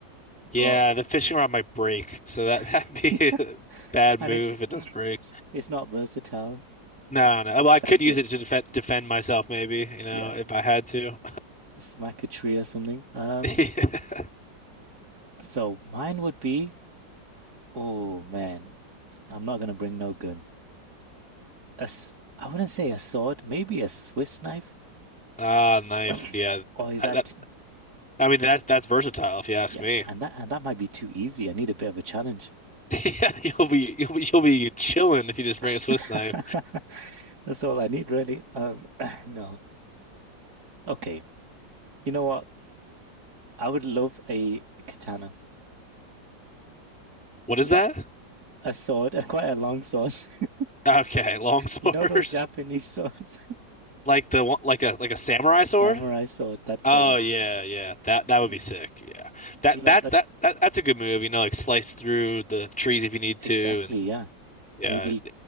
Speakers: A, on the right (about 55°); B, in the centre.
A: but
B: Yeah, the fishing rod might break, so that <laughs> that'd
A: <laughs>
B: be
A: yeah.
B: a bad
A: And
B: move
A: it's
B: if it
A: <clears throat>
B: does break.
A: it's not versatile.
B: No,
A: It's
B: no. Well, I
A: that's
B: could use
A: it.
B: it to defend defend myself, maybe, you know,
A: Yeah.
B: if I had to.
A: Smack a tree or something. Um,
B: <laughs>
A: so mine would be, oh man, I'm not gonna bring no gun. A s I wouldn't say a sword, maybe a Swiss knife.
B: Ah, knife.
A: <clears throat>
B: Yeah,
A: Or is
B: that,
A: that
B: that- I mean that that's versatile if you ask
A: yeah,
B: me.
A: and that and that might be too easy. I need a bit of a challenge.
B: <laughs> Yeah, you'll be you'll be you'll be chilling if you just bring
A: <laughs>
B: a Swiss knife.
A: That's all I need, really. Um, <laughs> <clears throat> no. Okay. You know what? I would love a katana.
B: What is
A: Not
B: that?
A: a sword, <laughs> a quite a long sword. <laughs>
B: Okay, long sword,
A: You know those Japanese swords?
B: <laughs> like the one, like a like a samurai
A: <laughs>
B: sword.
A: Samurai sword, that's
B: Oh
A: the one.
B: yeah, yeah. That that
A: <clears throat>
B: would be sick. Yeah. That
A: You know,
B: that's
A: that's
B: that, that that's a good move, you know, like slice through the trees if you need
A: exactly,
B: to and
A: yeah.
B: yeah.
A: Maybe